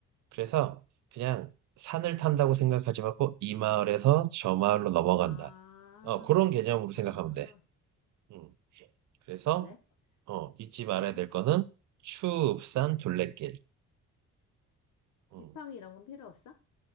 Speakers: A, on the right; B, on the left.
A: 그래서 그냥 산을 탄다고 생각하지 말고 이 마을에서 저 마을로 넘어간다.
B: 아,
A: 어, 그런 개념으로 생각하면
B: 아,
A: 돼. 음. 그래서
B: 그래?
A: 어, 잊지 말아야
B: 어?
A: 될 거는 추읍산 둘레길.
B: 지팡이
A: 음.
B: 이런 건 필요 없어?